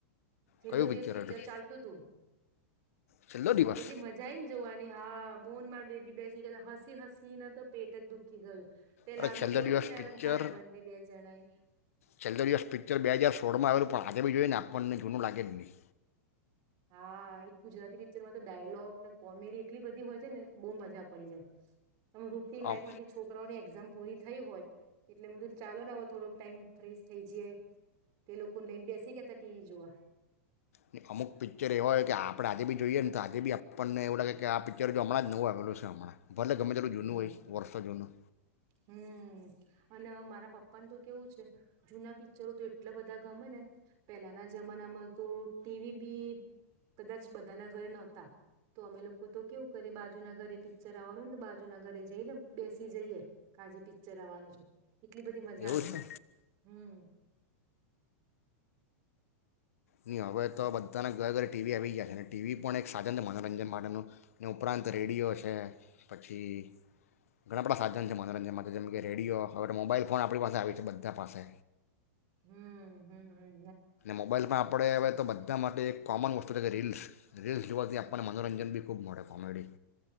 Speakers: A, on the right (about 45°); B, on the left (about 75°).
A: છેલ્લો
B: કયું
A: દિવસ પિક્ચર
B: હતું
A: ચાલતું તું
B: છેલ્લો દિવસ
A: તેટલી મજા આઈ ને જોવાની હા મોન માર બેબી બેસી ગેલા હસી હસી ઈ ના તો પેટ જ દુઃખી ગયું. પેલા
B: અરે
A: અમે
B: છેલ્લો
A: જોયું
B: દિવસ
A: તું મેં
B: પિચર
A: હસબન્ડ ને બે જણાએ
B: છેલ્લો દિવસ પિચર બે હાજાર સોળમાં આવેલું પણ આજે બી જોઈએ ને આપણને જૂનું લાગે જ નહીં
A: હા એક ગુજરાતી પિક્ચરમાં તો ડાયલોગને કોમેડી એટલી બધી હોય છે ને બહુ મજા પડી જાય તમે રુટિન
B: આમ
A: લાઈફમાંથી છોકરાઓની એક્ઝામ પૂરી થયું હોય, એટલેધું ચાલો ને હ થોડોક ટાઈમ ફ્રેશ થઈ જઈ તે લોકો લઈને બેસી ગતા ટીવી જોવા
B: ને અમુક પિક્ચર એવા હોય કે આપણે આજે બી જોઈએ ને તો આજે બી આપણને એવું લાગે કે આ પિક્ચર જો હણાં જ નવું આવેલું છે, હણાં ભલે ગમે તેલ્લું ઝૂનું
A: હમ
B: હો વર્ષો જૂનું
A: હમ અને મારા પપ્પાનું તો કેવું છે, જૂના પિક્ચરો તો એટલા બધા ગમે ને પેલાના જમાનામાં તો ટીવી બી કદાચ બધાના ઘરે નહોતા તો અમે લોકો તો કેવું કરે બાજુ ના ઘરે પ જરા અરંદ બાજુના ઘરે જઈ ને બેસી જઈએે, કાજી પિક્ચર આવવાનું છે, એટલી બધી મજા
B: એવું
A: આવતી
B: છે
A: હમ્મ
B: નહીં હવે તો બધાના ઘરે ઘરે ટીવી આવી ગયા છે, ટીવી પણ એક સાધન છે મનોરંજન માટેનું ઉપરાંત રેડિયો છે પછી ઘણા બધા સાધન છે, મનોરંજન માટે જેમ કે રેડિયો હવે તો મોબાઈલ ફોન આપણી પાસે આવી છે, બધા પાસે
A: હમ્મ હમ્મ હમ્મ
B: મોબાઈલ પણ આપણે હ તો બધા માટે એક કોમન વસ્તુ છે કે રીલ્સ રીલ્સ જોવાથી આપણને મનોરંજન બી ખૂબ મળે કોમેડી